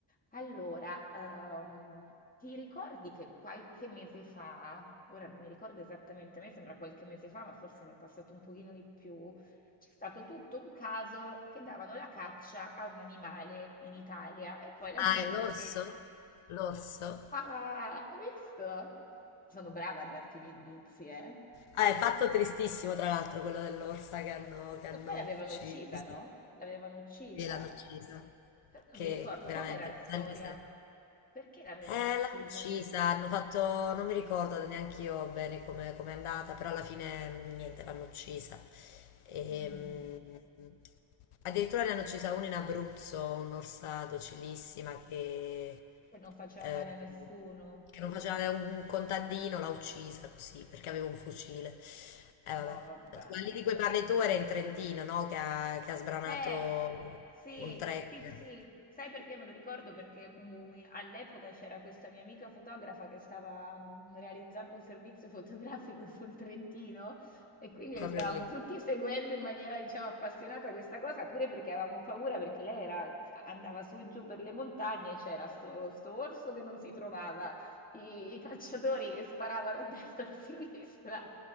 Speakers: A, on the left; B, on the left.
A: Allora, ehm, ti ricordi che qualche mese fa, ora non mi ricordo esattamente, a me sembra qualche mese fa, ma forse ne è passato un pochino di più, c'è stato tutto un caso che davano la caccia a un animale in Italia e poi la
B: Ah,
A: gente
B: è l'orso?
A: si è...
B: L'orso?
A: Ah, hai visto? Sono brava a darti gli indizi, eh?
B: Ah, è fatto tristissimo, tra l'altro, quello dell'orsa che hanno, che
A: E
B: hanno
A: poi l'avevano
B: ucciso.
A: uccisa, no? L'avevano uccisa.
B: Sì, l'hanno uccisa.
A: Però non
B: Che
A: mi ricordo
B: veramente,
A: com'era la storia.
B: la gente si è-
A: Perché l'avevano
B: Eh,
A: uccisa?
B: l'hanno uccisa, hanno fatto, non mi ricordo neanche io bene come come è andata, però alla fine mm, niente, l'hanno uccisa. Ehm,
A: Mm,
B: addirittura ne hanno uccisa una in Abruzzo, un'orsa docilissima che,
A: che non faceva
B: eh,
A: male a nessuno.
B: che non faceva un, un contadino, l'ha uccisa così perché aveva un fucile. Eh, vabbè.
A: No, vabbè.
B: Quelli di cui parli tu era in Trentino, no? Che ha, che ha sbranato
A: Eh, sì,
B: un tracker
A: sì, sì. Sai perché me lo ricordo? Perché mm, all'epoca c'era questa mia amica fotografa che stava mm, realizzando un servizio fotografico <laughs> sul Trentino e quindi
B: proprio
A: stavamo
B: lì.
A: tutti seguendo in maniera, diciamo, appassionata questa cosa, pure perché avevamo paura perché lei era- andava su e giù per le montagne e c'era sto, sto orso che non si trovava i, i calciatori che sparavano a destra e a sinistra.